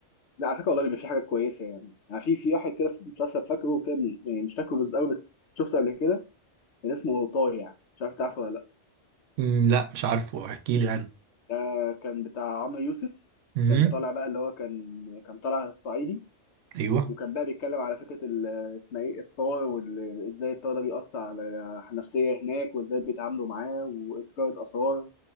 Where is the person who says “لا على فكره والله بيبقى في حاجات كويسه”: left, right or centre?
Left